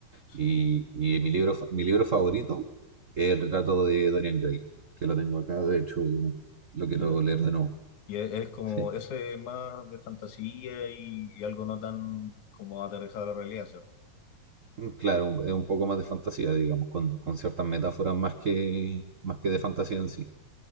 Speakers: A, on the left; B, on the right.
A: sí.
B: Y, y mi libro, fa- mi libro favorito es El retrato de Dorian Gray, que lo tengo acá, de hecho lo quiero
A: Mira.
B: leer de nuevo.
A: Y es, es como
B: Sí.
A: ese más de fantasía y, y algo no tan como aterrizado a la realidad, ¿cierto?
B: Mm, Claro, un- es un poco más de fantasía, digamos, con, con ciertas metáforas más que, más que de fantasía en sí.